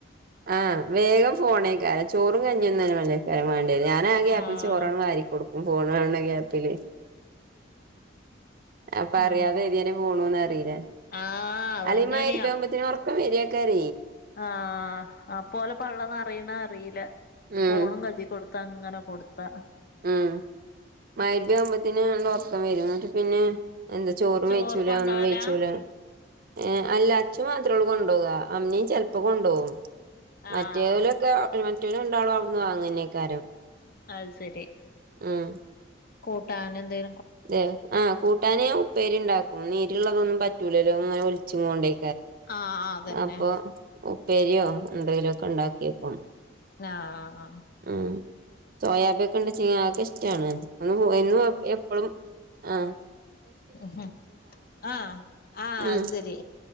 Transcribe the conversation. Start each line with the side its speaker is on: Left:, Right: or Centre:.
Right: ആഹ് വേഗം ഫോണേക്കാര ചോറും കഞ്ഞൊന്ന തന്ന മലക്കാരൻ വേണ്ട. ാ ഗ്യാപ്പിൽ
Left: ആഹ്
Right: ചോറോണം വാരി കൊടുക്കും ഫോണണ ഗ്യാപ്പില്. അപ്പ അറിയാതെ
Left: ഉം
Right: എഴുനെ പോണൂന്ന്റിയില്ല
Left: ആഹ് അതന്നെയാണെ
Right: അല്ലെങ്ക മരി ആകുമ്പ. ഒ വരയാക്കര.
Left: ആഹ അപ്പോലെ പള്ളനറിയണ അറിയില്ല
Right: ഉം
Left: ഫോണും കച. കൊടുത്ത അങ്ങനെ കൊടുത്താ.
Right: ഉം മയരി ബ് ആവുമ്പോത്തന് ഉറക്കം വരും എന്നിട്ട് പിന്നെ. എന്താ ചോറും
Left: ചോറ്
Right: വേിച്ചൂല
Left: കൊണ്ടോവലാ
Right: ഒന്നും വേയിിച്ചൂല. ഏ അല്ല അച്ഛു മാത്രാഉള്ളൂ കൊണ്ടുപോകുക അമ്മനി. ചെിലപ്പോ കൊണ്ടുകും മറ്റേവലൊക്കെ
Left: ആഹ്
Right: മറ്റേവല ഉണ്ടാവളും അവിടുന്ന് വാങ്ങുന്നേക്കാരം.
Left: അത് ശരി.
Right: ആം.
Left: കൂട്ടാൻ എന്തിയേ.
Right: അതെ ആഹ കൂട്ടാനാന് ഉപ്പേരി ഉണ്ടാക്കും നീരിള്ളതൊന്നും പറ്റൂലല്ലോ അങ്ങനെ ഒലിച്ച കൊണ്ടേ.
Left: ആഹ് ആഹ് അതന്നെ
Right: അപ്പൊ ഉപ്പേരിയോ എന്തെങ്കിലുമ ഒക്കെ ഉണ്ടാക്കിയേക്കും.
Left: ആഹ.
Right: ഉ സോയാബിയക്ക ഉണ്ട്ച്ചക്കെ ഇഷ്ടാണ് ഒ പോ. പം ആ.
Left: ഉ ആഹ ആഹ
Right: ഉം
Left: അത് ശരി